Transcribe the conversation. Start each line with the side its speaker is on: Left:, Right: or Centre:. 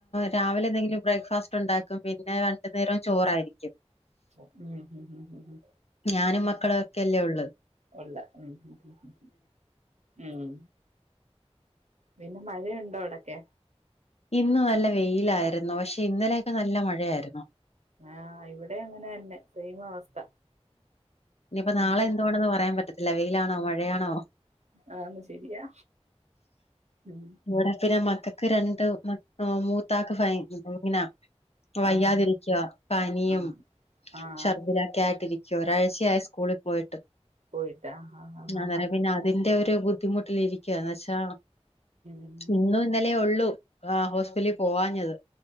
Left: രാവിലെ എന്തെങ്കിലും ബ്രേക്ക്ഫാസ്റ്റ് ഇണ്ടാക്കും പിന്നെ രണ്ടു നേരം ചോറായിരിക്കും
Right: ഉം ഉം ഉം ഉം ഉം
Left: ഞാനും മക്കളും ഒക്കെല്ലേ ഒള്ളൂ
Right: ഒള്ളു ഉം ഉം ഉം ഉം പിന്നെ മഴയുണ്ടോ അവിടൊക്കെ?
Left: ഇന്ന് നല്ല വെയിലായിരുന്നു പക്ഷെ ഇന്നലെയൊക്കെ നല്ല മഴയായിരുന്നു.
Right: ആഹ് ഇവടെ അങ്ങനെന്നെ സെയിം അവസ്ഥ
Left: ഇനിപ്പൊ നാളെ
Right: ഉം
Left: എന്തുവാണെന്ന് പറയാൻ പറ്റത്തില്ല വെയിലാണോ മഴയാണോ?
Right: <unintelligible> ഇല്ല്യാ ഉം
Left: ഇവടെ പിന്നെ മക്കക്ക് രണ്ട് മ മൂത്താക്ക് <unintelligible> വയ്യാതിരിക്കുവ
Right: ആഹാ
Left: പനിയും
Right: ആഹ് ആഹ്
Left: ഷർദ്ദിലൊക്കെ ആയിട്ടിരിക്കുവ ഒരാഴ്ച യായി സ്കൂളിൽ പോയിട്ട്
Right: പോയിട്ടാ ഹാ ഹാ ഹാ
Left: അങ്ങനെ
Right: ഹാ
Left: പിന്നെ തിന്റെ ഒരു ബുദ്ധിമുട്ടിലിരിക്കന്ന വെച്ചാ
Right: ഉം
Left: ഇന്നും ഇന്നലെ ഉള്ളൂ ആ ഹോസ്പിറ്റലിൽ പോവാഞ്ഞത്